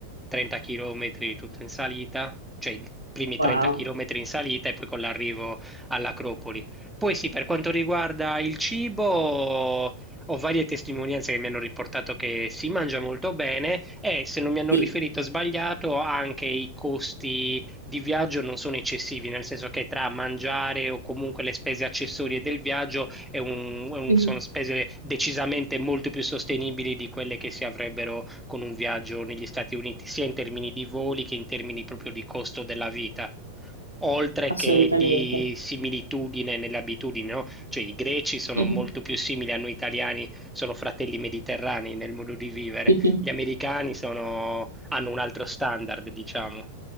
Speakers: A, in the centre; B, on the right.
A: 30 chilometri tutto in salita, cioè i primi
B: Wow,
A: 30 chilometri in salita e poi con l'arrivo all'Acropoli. Poi sì, per quanto riguarda il cibo, ho varie testimonianze che mi hanno riportato che si mangia molto bene e se non mi hanno
B: sì,
A: riferito sbagliato, anche i costi di viaggio non sono eccessivi, nel senso che tra mangiare o comunque le spese accessorie del viaggio è un- è un-
B: Mhm.
A: sono spese decisamente molto più sostenibili di quelle che si avrebbero con un viaggio negli Stati Uniti, sia in termini di voli che in termini proprio di costo della vita, oltre
B: assolutamente.
A: che di similitudine nelle abitudini, no? Cioè i greci sono
B: Mhm.
A: molto più simili a noi italiani, sono fratelli mediterranei nel modo di vivere,
B: <laughs> Mhm.
A: gli americani sono- hanno un altro standard, diciamo.